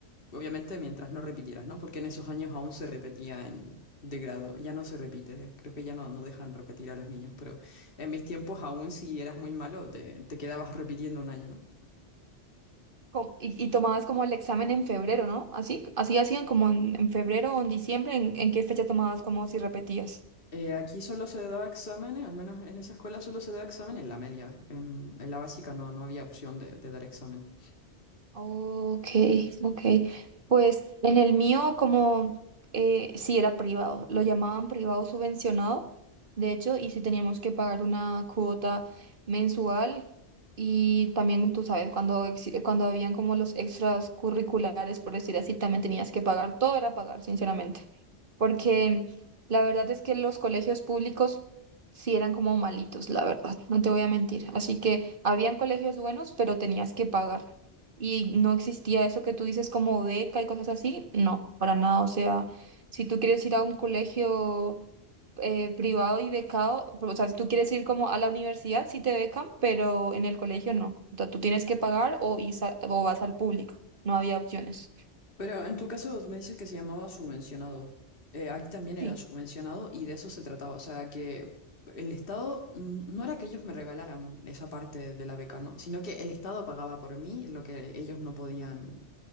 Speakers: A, on the left (about 50°); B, on the right (about 50°).
A: obviamente, mientras no repitieras, ¿no? Porque en esos años aún se repetía en, de grado, ya no se repite, creo que ya no, no dejan repetir a los niños, pero en mis tiempos aún si eras muy malo te, te quedabas repitiendo un año, ¿no?
B: co- y, y tomabas como el examen en febrero, ¿no? Así, así hacían como en, en febrero o en diciembre, ¿en, en qué fecha tomabas como si repetías?
A: Eh, aquí solo se daba exámenes, al menos en esa escuela solo se daba examen en la media, en, en la básica no, no había opción de, de dar examen.
B: Ok, ok. Pues en el mío, como eh, sí era privado, lo llamaban privado subvencionado, de hecho, y sí teníamos que pagar una cuota mensual y también, tú sabes, cuando, exi- cuando habían como los extras curriculares, por decir así, también tenías que pagar, todo era pagar, sinceramente, porque la verdad es que los colegios públicos sí eran como malitos, la verdad, no te voy a mentir. Así que habían colegios buenos, pero tenías que pagar. Y no existía eso que tú dices como beca y cosas así. No, para nada. O sea, si tú quieres ir a un colegio eh, privado y becado, o sea, si tú quieres ir como a la universidad, sí te becan, pero en el colegio no. O sea, tú tienes que pagar o, ir sa- o vas al público. No había opciones.
A: Pero en tu caso me dices que se llamaba subvencionado. Eh, aquí también era
B: Sí.
A: subvencionado y de eso se trataba. O sea, que el Estado mm, no era que ellos me regalaran esa parte de la beca, ¿no? Sino que el Estado pagaba por mí lo que ellos no podían,